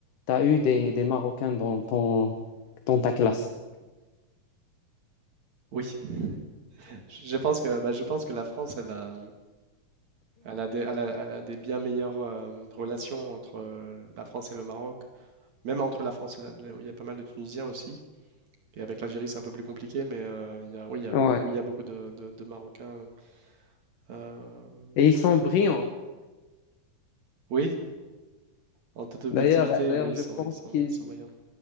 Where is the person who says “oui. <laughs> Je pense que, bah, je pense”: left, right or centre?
Right